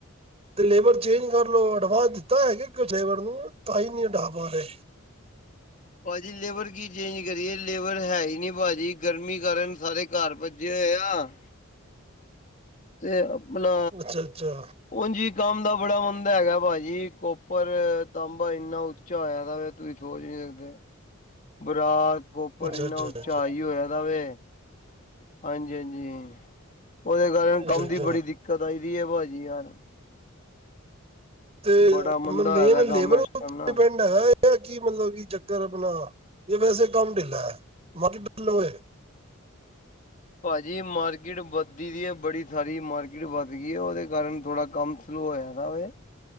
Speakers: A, on the right; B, on the left.
A: ਤੇ ਲੇਬਰ ਚੇਂਜ ਕਰਲੋ, ਅਡਵਾਂਸ ਦਿੱਤਾ ਹੈਯਾ ਕੇ ਲੇਬਰ ਨੂੰ ਤਾਂ ਹੀ ਨੀ ਹਡਾ ਪਾਰੇ।
B: ਭਾਜੀ ਲੇਬਰ ਕੀ ਚੇਂਜ ਕਰੀਏ, ਲੇਬਰ ਹੈਈ ਨੀ ਭਾਜੀ ਗਰਮੀ ਕਾਰਨ ਸਾਰੇ ਘਰ ਭੱਜੇ ਹੋਏ ਆ। ਤੇ ਅਪਨਾ
A: ਅੱਛਾ ਅੱਛਾ
B: ਓੰਜ ਈਂ ਕੰਮ ਦਾ ਬੜਾ ਮੰੰਦਾ ਹੈਗਾ ਭਾਜੀ, ਕੋਪਰ, ਤਾਂਬਾ ਏਨਾ ਚਾ ਆਯਾ ਦਾ ਵੇ, ਤੁਸੀ ਸੋਚ ਨੀ ਸਕਦੇ। ਬਰਾਸ, ਕੋਪਰ
A: ਅੱਛਾ
B: ਇੰਨਾ
A: ਅੱਛਾ ਅੱਛਾ
B: ਉੱਚਾ ਹਾਈ ਹੋਯਾ ਦਾ ਵੇ ਹਾਂਜੀ-ਹਾਂਜੀ, ਓਦੇ ਕਾਰਕੇ ਕੰਮ
A: ਅੱਛਾ
B: ਦੀ
A: ਅੱਛਾ
B: ਬੜੀ ਦਿੱਕਤ ਆਈਦੀ ਏ, ਭਾਜੀ ਯਾਰ।
A: ਤੇ
B: ਬੜਾ ਮੰਦਾ
A: ਮੇਨ
B: ਹੋਇਆ ਦਾ ਕੰਮ
A: ਲੇਬਰ
B: ਇਸ
A: ਓ
B: ਟਾਈਮ
A: ਡਿਪੈਂਡ
B: ਨਾ
A: ਹੈਗਾ ਏ। ਐ ਕੀ ਮਤਲਬ, ਕੀ ਚੱਕਰ ਆਪਣਾ ਏ ਵੈਸੇ ਕੰਮ ਢਿੱਲੈ, ਬਾਕੀ <unintelligible>
B: ਭਾਜੀ ਮਾਰਕੀਟ ਵਧਦੀ ਦੀ ਐ ਬੜੀ। ਸਾਡੀ ਮਾਰਕੀਟ ਵੱਧ ਗਿਐ, ਓਦੇ ਕਾਰਨ ਥੋੜਾ ਕੰਮ ਸਲੋ ਹੋਯਾ ਦਾ ਵੇ।